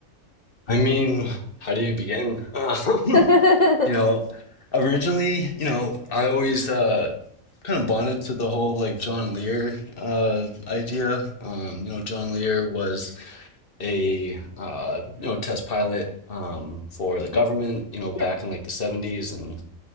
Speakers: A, on the left; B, on the left.
A: I mean, how do you begin? Um, <laughs>
B: <laughs> Mhm.
A: you know, originally, you know, I always uh kind of bonded to the whole like John Lear uh idea. Um, you know, John Lear was a uh, you know, test pilot um for
B: Mhm.
A: the government, you know, back
B: Yeah.
A: in like the 70s and.